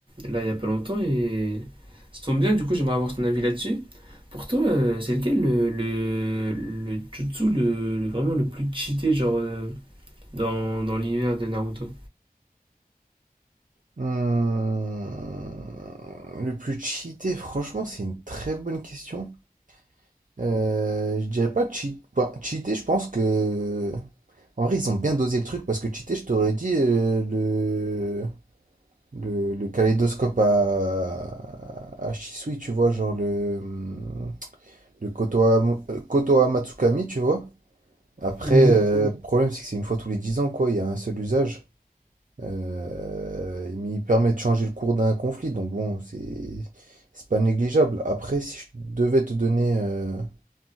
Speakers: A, on the right; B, on the right.
A: là il y a pas longtemps et ça tombe bien, du coup, j'aimerais avoir ton avis là-dessus. Pour toi, euh, c'est lequel le, le, le jutsu le, le- vraiment le plus cheaté genre euh, dans, dans l'univers de Naruto?
B: Hmm, Le plus cheaté, franchement, c'est une très bonne question. Euh, je dirais pas cheat... bah, cheaté, je pense que... En vrai, ils ont bien dosé le truc parce que cheaté, je t'aurais dit euh, le... le... le kaléidoscope à... à Shisui, tu vois, genre le, hum, le Kotoa... euh, Kotoa Matsukami, tu vois. Après,
A: Mhm.
B: euh, le problème, c'est que c'est une fois tous les 10 ans, quoi, il y a un seul usage. Euh, mais il permet de changer le cours d'un conflit, donc bon, c'est c'est pas négligeable. Après, si je devais te donner, euh,